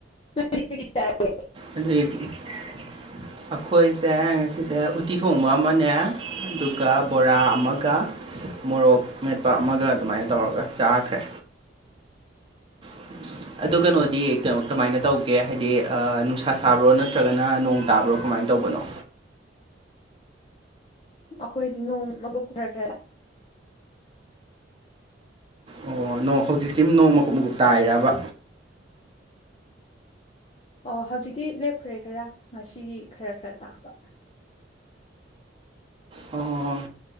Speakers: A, on the left; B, on the right.
A: <inaudible>
B: ꯑꯗꯨ ꯑꯩꯈꯣꯏꯁꯦ ꯉꯁꯤꯁꯦ ꯎꯠꯇꯤ ꯊꯣꯡꯕ ꯑꯃꯅꯦ ꯑꯗꯨꯒ ꯕꯣꯔꯥ ꯑꯃꯒ ꯃꯣꯔꯣꯛ ꯃꯦꯠꯄ ꯑꯃꯒ ꯑꯗꯨꯃꯥꯏꯅ ꯇꯧꯔꯒ ꯆꯥꯈ꯭ꯔꯦ <unintelligible> ꯑꯗꯨ ꯀꯩꯅꯣꯗꯤ ꯀꯩꯅꯣ ꯀꯃꯥꯏꯅ ꯇꯧꯒꯦ ꯍꯥꯏꯗꯤ ꯅꯨꯡꯁꯥ ꯁꯥꯕ꯭ꯔꯣ ꯅꯠꯇ꯭ꯔꯒꯅ ꯅꯣꯡ ꯇꯥꯕ꯭ꯔꯣ ꯀꯃꯥꯏꯅ ꯇꯧꯕꯅꯣ
A: ꯑꯩꯈꯣꯏꯗꯤ ꯅꯣꯡ ꯃꯀꯨꯞ ꯈꯔ ꯈꯔ
B: ꯑꯣ ꯅꯣꯡ ꯍꯧꯖꯤꯛꯁꯤ ꯅꯣꯡ ꯃꯀꯨꯞ ꯃꯀꯨꯞ ꯇꯥꯔꯤꯔꯥꯕ
A: ꯑꯣ ꯍꯧꯖꯤꯛꯇꯤ ꯂꯦꯞꯈ꯭ꯔꯦ ꯈꯔꯥ ꯉꯁꯤꯒꯤ ꯈꯔ ꯈꯔ ꯇꯥꯕ
B: ꯑꯣ